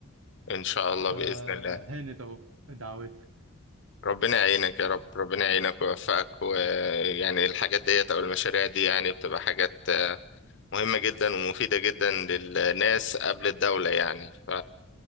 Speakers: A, on the left; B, on the right.
A: ان شاء الله
B: فهانت
A: باذن الله
B: اهو دعواتك
A: ربنا يعينك يا رب ربنا يعينك ويوفقك ويعني الحاجات ديت او المشاريع دي يعني بتبقى حاجات مهمة جدا ومفيدة جدا للناس قبل الدولة يعني ف